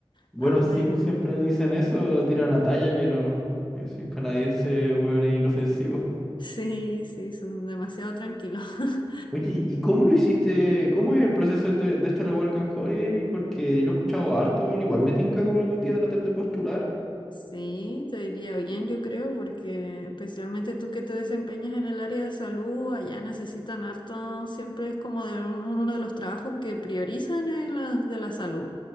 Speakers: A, in the centre; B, on the left (about 55°).
A: Bueno,
B: no,
A: sí,
B: me-
A: pues siempre dicen eso, tiran a talla que no. Que si es canadiense, weón, es inofensivo.
B: <laughs> sí, sí, son demasiado tranquilos. <laughs>
A: Oye, ¿y cómo lo hiciste? ¿Cómo es el proceso de, este- de esta la Work and Holiday? Porque yo lo he escuchado harto, bueno, igual me tinca como algún día tratar de postular.
B: Sí, te diría bien, yo creo, porque especialmente tú que te desempeñas en el área de salud, allá necesitan harto, siempre es como de un- uno de los trabajos que priorizan es la- de la salud.